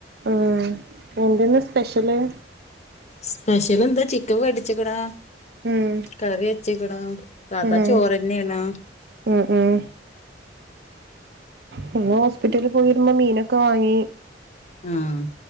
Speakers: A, on the right; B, on the left.
A: ആഹ് എന്തെന്ന് സ്പെഷ്യല്?
B: സ്പെഷ്യലെന്താ ചിക്കൻ വേട്ച്ച്ക്ക്ണ്
A: ഉം
B: കറിയെച്ച്ക്ക്ണ് സാതാ
A: ഉം
B: ചോറന്നേണ്
A: ഉം ഉം പിന്നെ ഹോസ്പിറ്റൽല് പോയെരുമ്പം മീനൊക്കെ വാങ്ങി
B: ആഹ്